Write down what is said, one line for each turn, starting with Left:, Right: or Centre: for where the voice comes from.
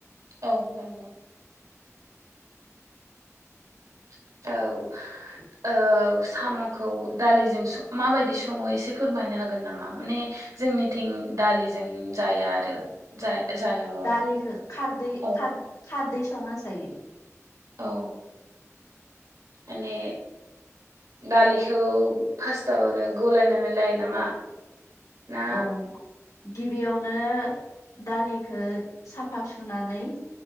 Right: औ नंगौ <inaudible> औ औ साम'खौ दालिजों सं माबायदि सङो एसे फोरमायनो हागोन नामा माने जोंनिथिं दालिजों जाया आरो जाया जानो
Left: दालिखो खारदै
Right: औ
Left: खार-खारदै संना जायो
Right: औ माने दालिखौ फास्तावनो गलायनानै लायो नामा ना
Left: औ गिबियावनो दालिखो साफा सुनानै